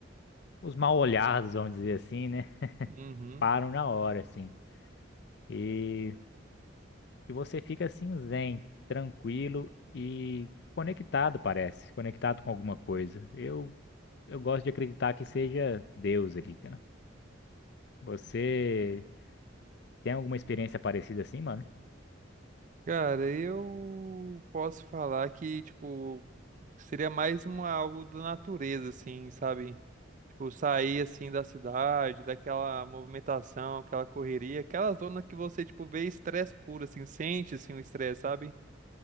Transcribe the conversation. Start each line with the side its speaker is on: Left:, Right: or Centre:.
Left: os mal-olhados, vamos dizer assim, né?
Right: Uhum.
Left: Param na hora, assim. E, e você fica assim, zen, tranquilo e conectado, parece. Conectado com alguma coisa. Eu, eu gosto de acreditar que seja Deus ali, cara. Você tem alguma experiência parecida assim, mano?
Right: Cara, eu posso falar que, tipo, seria mais uma, algo da natureza, assim, sabe? Tipo, sair, assim, da cidade, daquela movimentação, aquela correria, aquela zona que você, tipo, vê estresse puro, assim, sente, assim, o estresse, sabe?